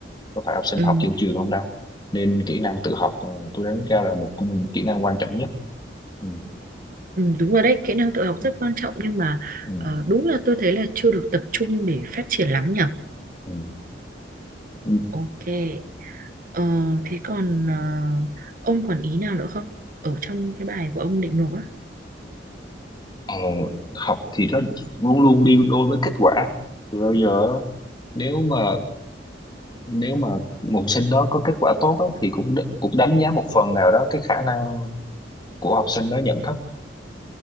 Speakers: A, on the left (about 25°); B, on the right (about 50°).
A: đâu phải học sinh
B: Ừ.
A: học trên trường không đâu nên kỹ năng tự học ờ, tôi đánh giá là một trong những kỹ năng quan trọng nhất ừ.
B: Ừ, đúng rồi đấy, kỹ năng tự học
A: Ừ.
B: rất quan trọng nhưng mà
A: Ừ.
B: ờ, đúng là tôi thấy là chưa được tập trung để phát triển lắm nhở
A: Ừ. Ừ.
B: Ok, ờ, thế còn ờ, ông còn ý nào nữa không? Ở trong cái bài của ông định nộp á.
A: Ờ, học thì nó luôn luôn đi đôi với kết quả từ bao giờ nếu mà nếu mà một học sinh đó có kết quả tốt á, thì cũng đ- cũng đánh giá một phần nào đó cái khả năng của học sinh đó nhận thức